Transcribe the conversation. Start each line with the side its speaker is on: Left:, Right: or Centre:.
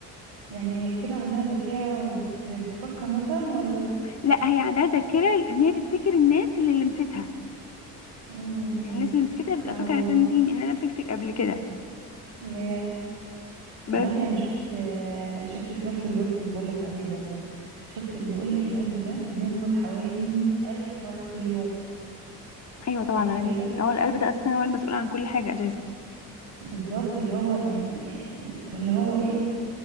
Right: يعني كده عندها ذاكرة وبتفكر مثلا ولا
Left: لا هي عندها ذاكره ان هي تفتكر الناس اللي لمستها
Right: امم
Left: الناس اللي مسكتها
Right: سبحان
Left: بتبقى فاكره
Right: الله
Left: اساسا ان انت ان انا مسكتك قبل كده
Right: ياه
Left: بس
Right: تعرفي انا شفت شفت في نفس البوست اللي بقولك عليه ده شفت بيقولك القلب ده بينبض حوالي مئة ألف مرة في اليوم
Left: ايوه طبعا
Right: متخيلة
Left: يعني هو القلب ده اساسا هو المسؤول عن كل حاجه اساسا
Right: بالظبط اللي هو يعني اللي هو ايه